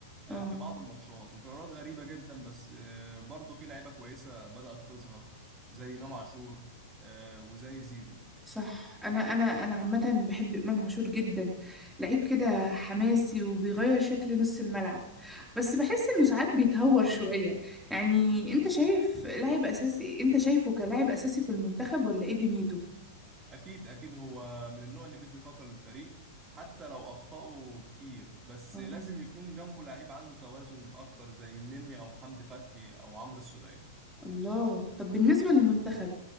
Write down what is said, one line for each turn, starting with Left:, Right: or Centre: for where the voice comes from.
Right: آه،
Centre: آه
Right: في بعض الماتشات وقرارات غريبة جدا بس آه، برضه في لعيبة كويسة بدأت تظهر زي إمام عاشور آه، وزي زيزو
Centre: صح انا انا انا عامه بحب امام عاشور جدا لعيب كده حماسي وبيغير شكل نص الملعب بس بحس انه ساعات بيتهور شويه يعني انت شايف لاعب اساسي انت شايفه كلاعب اساسي في المنتخب ولا ايه دنيته
Right: اكيد اكيد هو من النوع اللي بيدي طاقه للفريق حتى لو اخطأه كتير بس
Centre: اه
Right: لازم يكون جنبه لعيب عنده توازن اكتر زي النني او حمدي فتحي او عمرو السولية
Centre: الله طب بالنسبه للمنتخب